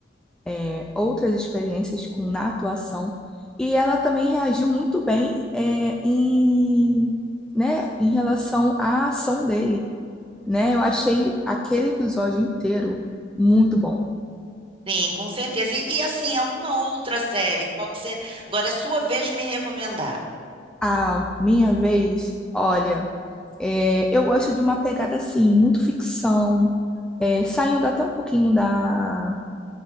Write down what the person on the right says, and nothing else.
Sim, com certeza. E, e, assim, alguma outra série? Qual que você. Agora é sua vez de me recomendar.